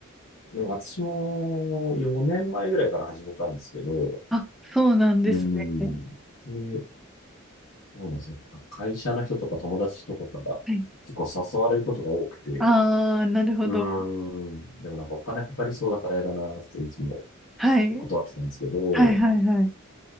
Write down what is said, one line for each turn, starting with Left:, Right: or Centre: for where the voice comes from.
Left: でも私も4年前ぐらいから始めたんですけど、
Centre: あ、そうなんですね。
Left: うん。で、そうなんですよ。会社の人とか友達とかから結構誘われることが多くて、
Centre: はい。ああ、なるほど。
Left: うん。でもなんかお金かかりそうだからやだなっていつも
Centre: はい。
Left: 断ってたんですけど、
Centre: はいはいはい。